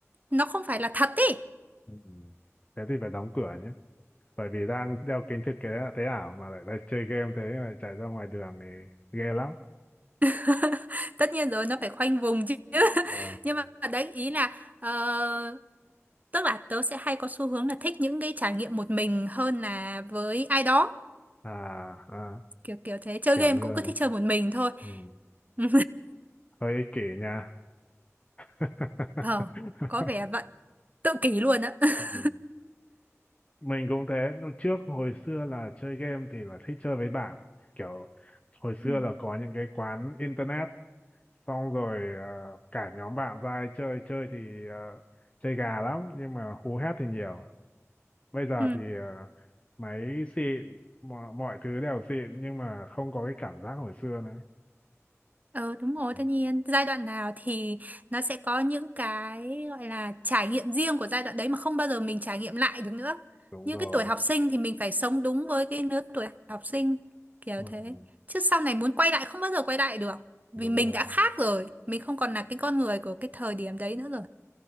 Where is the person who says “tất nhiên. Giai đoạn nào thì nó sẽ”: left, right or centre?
Right